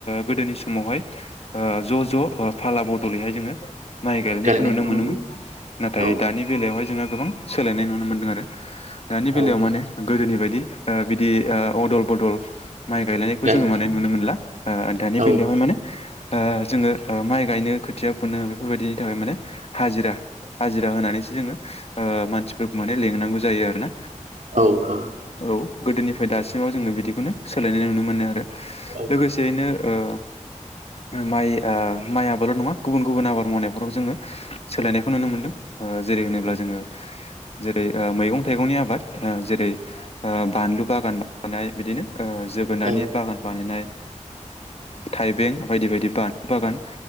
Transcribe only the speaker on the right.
गालायनायखौ
मोनो
औ
औ
गालायनाय
औ
औ औ
औ
औ